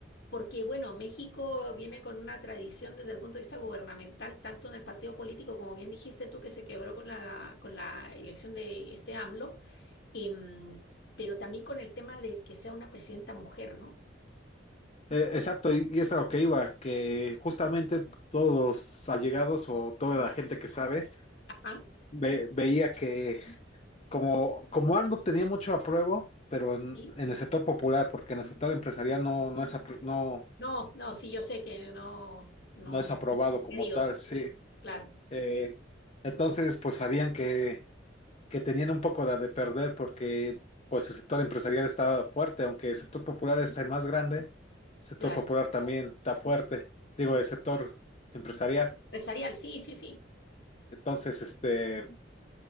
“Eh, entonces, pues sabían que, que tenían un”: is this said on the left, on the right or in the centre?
Left